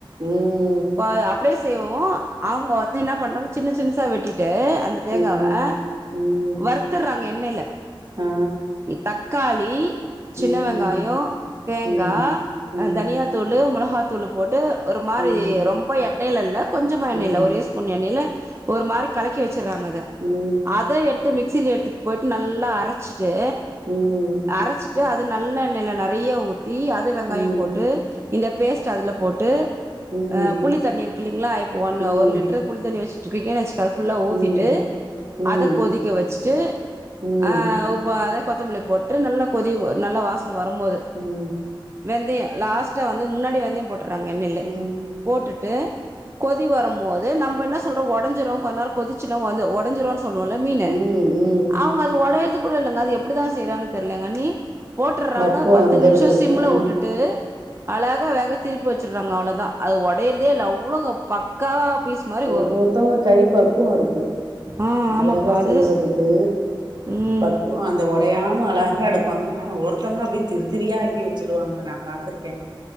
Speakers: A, on the right; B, on the right.
A: ம்
B: ப அப்டியே செய்வோ அவங்க வந்து என்ன பண்ணாங்க சின்ன சின்சா வெட்டிட் டு அந்த தேங்கா
A: ம்
B: வ ஆ
A: ம்
B: வ றுத்துறாங்க எண்ணேயில
A: ஆ
B: தக்காளி சின்ன
A: ம்
B: வெங்காயயோ தேங்கா
A: ம் ம்
B: தனியா தூள் மொளகாத் தூளு போட்டு ஒரு மாரி
A: ம்
B: ரொம்ப எண்ணெய்ல இல்ல கொஞ்சமா எண்ணெயில
A: ம்
B: ஒரே ஸ்பூன் எண்ணெயில ஒரு மாரி கலக்கி வச் வச்சறாங்க அத
A: ம்
B: அத எடுத்து மிக்சியில எடுத்துட்டு போய்ட்டு நல்லா அரச்சு ட்டு
A: ம்
B: அரச்சிட் அது நல்லெண்ணல நெறைய ஊ த்தி அது வெங்காயம்
A: ம்
B: போட்டு இந்த பேஸ்ட் அதுல போட்டு
A: ம்
B: ஆ புளித்தண்ணி இருக்கு இல்லிங்களா இப்போ ஒன்னு
A: ம்
B: ஒரு லிட்டரு புளித்தண்ணி வச்சு <unintelligible> அது ஃபுல்லா
A: ம் ம்
B: ஊத்திட்டு
A: ம்
B: அத கொதிக்க வச்சுட்டு
A: ம்
B: ஆ அத கொத்தமல்லி போட்டு நல்ல கொதி வரு நல்ல வாச வரம்போது
A: ம்
B: வெந்தயம் லாஸ்ட்ட வந்து முன்னாடி வெந்தயம் போட் றாங்க எண்ணெயில்ல
A: ம்
B: போட்டுட்டு கொதி வரம் மோது நம்ப என்ன சொல்றோ உடஞ்சிரும் கொன்னநேரோ கொதிச்சுரு வந்து உடஞ்சிரும் சொ சொல்லுவோல மீனு
A: ம் ம்
B: அவுங்க அது உடயரதுக் <unintelligible> இல்லங்க அது எப்டிதா செய்யறாங்னு தெர்ல அண்ணி போட்டுறாங்க
A: பக்குவோ
B: பத்து
A: வந்துருது
B: நிமிஷம் சிம்முல
A: ஆ
B: வுட்டுட்டு அழகா வேக திருப்பி வச்சு வச்சுறாங்க அவ்ளோ தா அது ஒடயிறதே இல்ல அவ்ளோ பக்காவா பீஸ் மாரி
A: ஒவ்வொருத்தோங்க
B: வரு
A: கை பக்குவம் இருக்கு
B: ஆ
A: அழகா
B: ஆமாப்பா அதுதா
A: செய்றதுக்கு
B: ம்
A: பக்குவம் அந்த உடயாம அழகா எடுக்கு பாங்க ஒருத்தோங்க அப்டி திருத்திரியா எடு அப்டியே வச்சுருவாங்க நா பாத்திருக்கே